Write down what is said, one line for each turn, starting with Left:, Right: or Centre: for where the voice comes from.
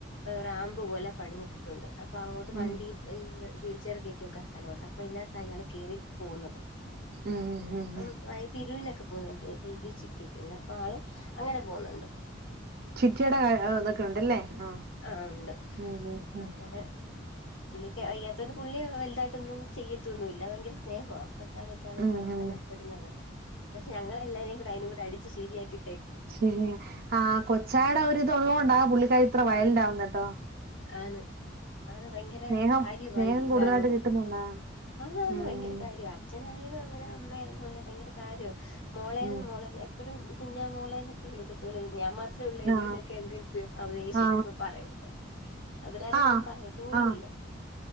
Left: റാമ്പ് പോലെ പണിഞ്ഞിട്ടിട്ടുണ്ട് അപ്പൊ അങ്ങോട്ട് വണ്ടി
Right: ഉം
Left: വീൽചർ കയറ്റി വക്ക സ്ഥലമുണ്ട് അപ്പൊ ഇതിനകത്ത് അയാൾ കയറി പോകുന്നത്
Right: ഉം ഉം ഉം
Left: അപ്പം
Right: ഉം.
Left: വയസ് ഇരുവിനൊക്കെ പോുന്നുണ്ട് ഡയ്‌ലി ചിട്ടി പിന്നെപ്പൊ ആള് അങ്ങനെ പോന്നുണ്ട്
Right: ചിട്ടിടെ അ അഹ് തൊക്കെണ്ട്ലെ ആ
Left: ആ ഉണ്ട്
Right: ഉം ഉം ഉം
Left: അങ്ങനെ പുള്ളിക്ക് വയ്യാത്തോണ്ട് പുള്ളി വലുതായിട്ടൊന്നും ചെയ്യത്തൊന്നും ഇല്ല ഭയങ്കര സ്നേഹവ കൊച്ചാ കൊച്ചാ കൊച്ചാ
Right: ഉം
Left: ന്നും
Right: ഉം
Left: പറഞ്ഞ പ്പയും നടക്കും പക്ഷെ ഞങ്ങളെല്ലാരേരും കൂടെ അയനെകൂടെ അടിച്ച് ശരിയാക്കി
Right: ശരി ആ കൊച്ചായടെ ഒര്ത് ഉള്ളോണ്ടാ പുള്ളിക്കാരി ഇത്ര വയലണ്ടാവുന്നേട്ടോ
Left: ആന്ന് ആന്ന് ഭയങ്കര
Right: സ്നേഹം
Left: കാര്യമായി
Right: സ്നേഹം
Left: ഇയാളോട്
Right: കൂടുതലായിട്ട് കിട്ടുന്നുണ്ടാ
Left: ആന്ന് ആന്ന്
Right: ഉം
Left: ഭയങ്കര കാര്യ അച്ഛനായാലും അങ്ങനെ അമ്മയാലും അങ്ങനെ ഭയങ്കര കാര്യമാണ് മോളെ
Right: ഉം
Left: മോളെന്ന് എപ്പോഴും കുഞ്ഞാ മോളെ <unintelligible> ഞാൻ മാത്രേ ഉള്ള ഇടീക്കെന്തേ്യം
Right: ആ
Left: അവ ദേഷ്യ
Right: ആ
Left: വരുമ്പോ പറയ്പോ അവരാരും
Right: ആ ആ
Left: ഒന്നും പറയത്ത പോലും
Right: ആ
Left: ഇല്ല